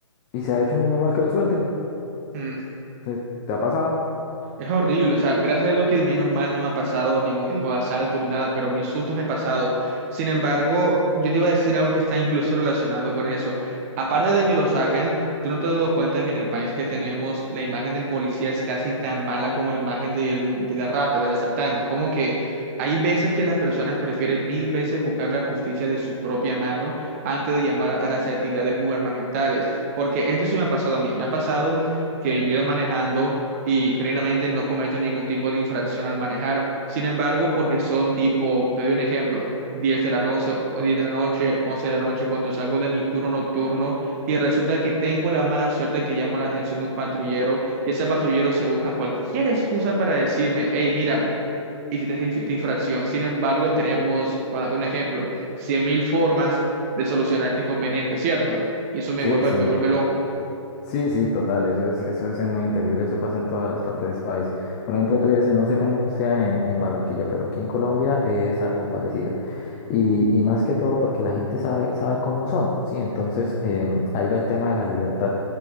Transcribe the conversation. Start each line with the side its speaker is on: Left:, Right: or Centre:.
Left: y se ha hecho muy normal que lo suelten.
Right: eh?
Left: O sea, ¿Te ha pasado?
Right: Es horrible, o sea, gracias a Dios que menos mal no me ha pasado ningún tipo de asalto ni nada, pero mis sustos he pasado. Sin embargo, yo te iba a decir algo que está incluso relacionado con eso. Aparte de que lo sacan, tú no te has dado cuenta que en el país que tenemos la imagen del policía es casi tan mala como la imagen del- de la rata, del asaltante. Es como que hay veces que las personas prefieren mil veces buscar la justicia de su propia mano antes de llamar a las entidades gubernamentales, porque esto sí me ha pasado a mí, me ha pasado que yo he ido manejando y generalmente no cometo ningún tipo de infracción al manejar. Sin embargo, porque son tipo, te doy un ejemplo, 10 de la noche, o 10 de la noche, 11 de la noche, cuando salgo de mi turno nocturno y resulta que tengo la mala suerte que llamo la atención de un patrullero y ese patrullero se busca cualquier excusa para decirme, hey, mira, hiciste esta inf- esta infracción. Sin embargo, tenemos, para darte un ejemplo, 100.000 formas de solucionar este inconveniente, ¿cierto? Y eso me
Left: Sí,
Right: vuelve,
Left: sí,
Right: me vuelve loco.
Left: sí, sí, total, eso es, eso es muy entendible, eso pasa en todas las partes de ese país. Por ejemplo, tú dices, no sé cómo sea en, en Barranquilla, pero aquí en Colombia es algo parecido. Y, y más que todo porque la gente sabe, sabe cómo son, ¿sí? Entonces, em, ahí va el tema de la libertad.